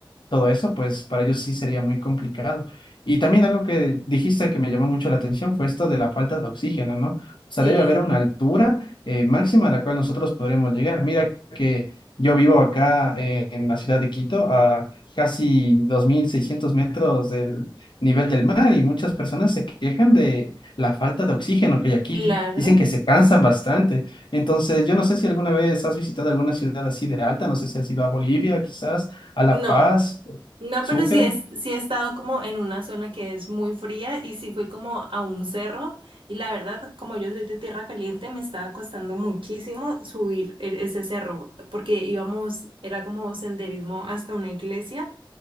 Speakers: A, on the left; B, on the right.
A: todo eso, pues para ellos sí sería muy complicado. Y también algo que dijiste que me llamó mucho la atención fue esto de la falta de oxígeno, ¿no? O sea,
B: Sí,
A: debe haber una altura eh, máxima a la cual nosotros podremos llegar. Mira que yo vivo acá eh, en la ciudad de Quito, a casi 2.600 metros del nivel del mar y muchas personas se quejan de la falta de oxígeno que hay aquí.
B: claro.
A: Dicen que se cansan bastante. Entonces, yo no sé si alguna vez has visitado alguna ciudad así de alta, no sé si has ido a Bolivia quizás a La
B: No.
A: Paz,
B: No,
A: Sucre,
B: pero sí, es, sí he estado como en una zona que es muy fría y sí fui como a un cerro y la verdad, como yo soy de tierra caliente, me estaba costando muchísimo subir e- ese cerro porque íbamos, era como senderismo hasta una iglesia,